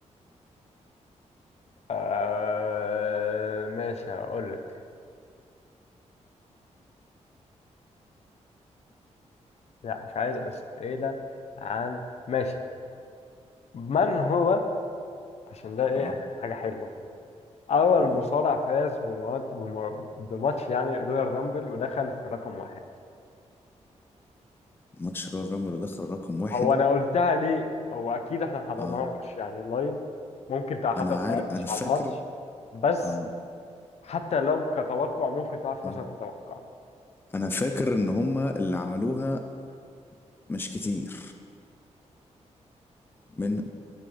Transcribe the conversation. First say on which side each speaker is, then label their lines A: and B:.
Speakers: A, on the left (about 60°); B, on the left (about 20°).
A: آه ماشي هقول لك لا مش عايز أسئلة عن ماشي من هو عشان ده
B: آه
A: ايه يعني حاجة حلوة أول
B: آه
A: مصارع فاز بمو بمو بموتش يعني رودر رامبل ودخل في رقم واحد.
B: ماتش رامر دخل رقم واحد
A: هو أنا قلتها لي أو أكيد إحنا حضرنا
B: آه
A: مش يعني لايم ممكن تعرف حتى
B: أنا
A: قررتش
B: عارف أنا فاكر
A: على ماتش بس
B: آه
A: حتى لو كتوقع ممكن تعرف
B: آه
A: ماشان تتوقع.
B: انا فاكر ان هما اللي عملوها مش كتير من